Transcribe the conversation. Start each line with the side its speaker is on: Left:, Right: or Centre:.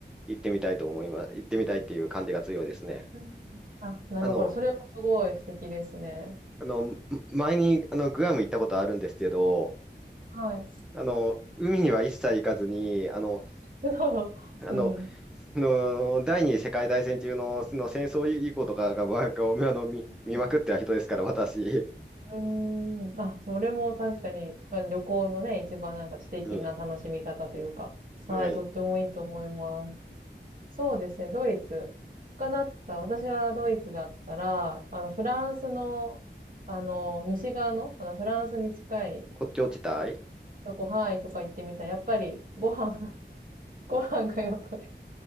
Centre: 行ってみたいと思います。行ってみたいっていう感じが強いですね。
Right: うんあ、なるほど。
Centre: あの、
Right: それもすごい素敵ですね。
Centre: あの、ん前に、あの、グアム行ったことあるんですけど、
Right: はい。<laughs>
Centre: あの、海には一切行かずに、あの、
Right: そう。
Centre: あの、
Right: うんうん。
Centre: <laughs> の第二次世界大戦中の、その戦争以降とかが、まあ、こうあの見、
Right: うん。
Centre: 見まくってた人ですから、私。
Right: うーん。あ、それも確かに、まあ、旅行のね、一番なんか知的な楽しみ方というか、
Centre: <laughs> うん。
Right: はい、
Centre: はい。
Right: とってもいいと思います。そうですね、ドイツ。他だったら、私はドイツだったら、あの、フランスの、あの、西側の、あの、フランスに近い
Centre: 骨頂地帯
Right: とこ、ハワイとか行ってみたら、やっぱりご飯、<laughs> ご飯がやっぱり